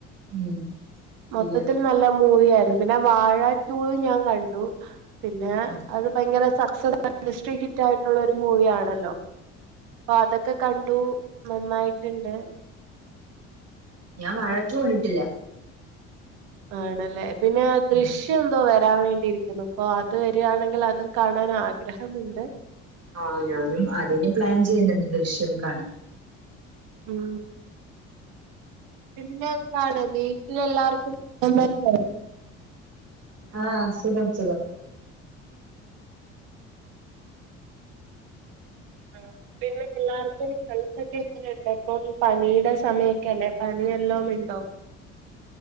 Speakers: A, on the right; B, on the right.
A: ഉം ശരിയാ
B: മൊത്തത്തിൽ നല്ല മൂവിയാരുന്നു പിന്നെ വാഴ ടുവും ഞാൻ കണ്ടു പിന്നെ
A: ഉം
B: അത് ഭയങ്കര സക്സസ് <unintelligible> ഇൻഡസ്ട്രി ഹിറ്റായിട്ടുള്ള ഒരു മൂവിയാണല്ലോ അപ്പ അതൊക്കെ കണ്ടു നന്നായിറ്റ്ണ്ട്.
A: ഞാൻ വാഴ ടു കണ്ട്ട്ടില്ല
B: ആണല്ലേ പിന്നെയാ ദൃശ്യം
A: ഉം
B: <unintelligible> വരാൻ വേണ്ടിയിരിക്കുന്നു ഇപ്പൊ അത് വെരിയാണെങ്കിൽ അതും കാണാൻ ആഗ്രഹമുണ്ട്
A: ആഹ് ഞാനും അതിന് പ്ലാൻ ചെയ്യുന്നുണ്ട് ദൃശ്യം കാണാൻ
B: ഉം പിന്നെ എന്താണ് വീട്ടില് എല്ലാർക്കും സുഖം തന്നെ
A: ആഹ് സുഖം സുഖം
B: ആഹ് പിന്നെ എല്ലാർക്കും ഹെൽത്തൊക്കെ എങ്ങനെയുണ്ട് ഇപ്പം പനീടെ സമയൊക്കെ അല്ലെ പനി വല്ലോംമിണ്ടോ <inaudible>